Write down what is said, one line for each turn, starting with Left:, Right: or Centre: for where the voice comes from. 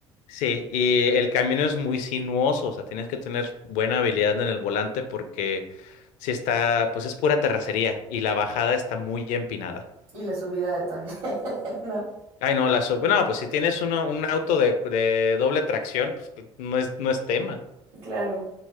Left: Sí, y el camino es muy sinuoso, o sea, tienes que tener buena habilidad en el volante porque si está, pues es pura terracería y la bajada está muy empinada.
Right: Y la subida también, <laughs> ¿no?
Left: Ay, no, la sub, no, pues si tienes uno, un auto de, de doble tracción, pues no es, no es tema.
Right: Claro.